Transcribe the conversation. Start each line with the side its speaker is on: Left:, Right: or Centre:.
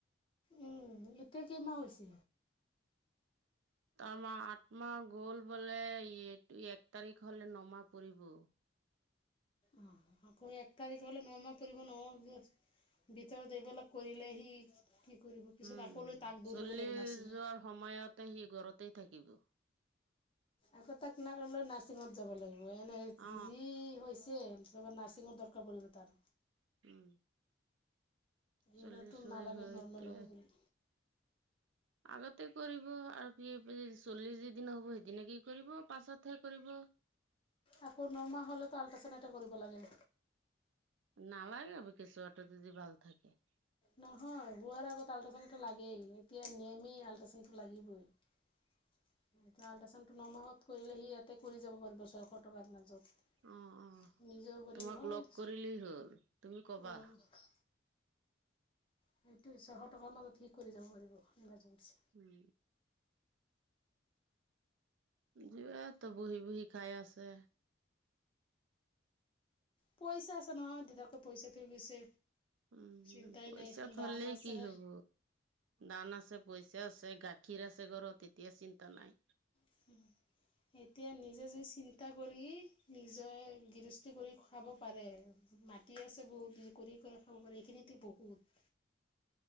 Left: উম এতিয়া কেইমাহ হৈছে?
Right: তাৰ মাহ আত্মা গ'ল বোলে এইটো এক তাৰিখ হ'লে নমাহ পৰিব।
Left: অ আকৌ এক তাৰিখ হ'লে নমাহ পৰিব ন <unintelligible> ভিতৰত এইবিলাক কৰিলেহি কি কৰিব পিছত
Right: উম
Left: আকৌ‌ লৈ তাক দৌৰিব
Right: চলি
Left: লাগিব নাছিল।
Right: যোৱাৰ সময়তে সি ঘৰতেই থাকিব।
Left: আকৌ তাক ন লৈ নাৰছিঙত যাব লাগিব এনে
Right: অ
Left: যি হৈছে। তব নাৰছিংৰ দৰকাৰ পব তাৰ।
Right: উম চল্লিশ
Left: এইবাৰটো নালাগে
Right: হৈ হৈতে
Left: নৰ্মেল হ'ব বুলি।
Right: আগতে কৰিব আৰু কি চল্লিছ য দিন হ' সেইদিন কি কৰিব পাঁচতে কৰিব।
Left: আকৌ নমাহ হ'লেতো আল্ট্ৰাছাউণ এটা কৰিব লাগে।
Right: নালাগে কেঁচুৱা এটা যদি ভাল থাকে।
Left: নহয় বোৱাৰ আগত আল্ট্ৰাচাউডটো লাগেই এতিয়া নিয়মেই আল্ট্ৰাচাউনটো লাগিবই। <unintelligible> এতিয়া আল্ট্ৰাচাউণ্ডটো ন মাহত কৰিলে সি ইয়াতে কৰি যাব পাৰিব ছয়শ টকাৰ মাজত
Right: অ অ
Left: নিজৰ বুলি
Right: তোমাক
Left: নহয়
Right: লগ কৰিলেই হ'ল তুমি কবা
Left: আহ সেইটো ছশ টকাৰ মাজত কসি কৰি যাব পাৰিব ইমাৰ্জেঞ্চি
Right: উম য তো বহি বহি খাই আছে।
Left: পইচা আছে নহয় দেউতাকে পইচা থৈ গৈছে।
Right: উম
Left: চিন্তাই
Right: পইচা
Left: নাই
Right: থলে
Left: দান আছে
Right: কি হব। দান আছে পইচা আছে গাখীৰ, আছে ঘৰত তেতিয়া চিন্তা নাই।
Left: <unintelligible> এতিয়া নিজে য চিন্তা কৰি নিজে গৃহস্থী কৰি খুৱাব পাৰে মাট দি আছে বহুত দি কৰি কৰি খাব পাৰে এইখিনিতে বহুত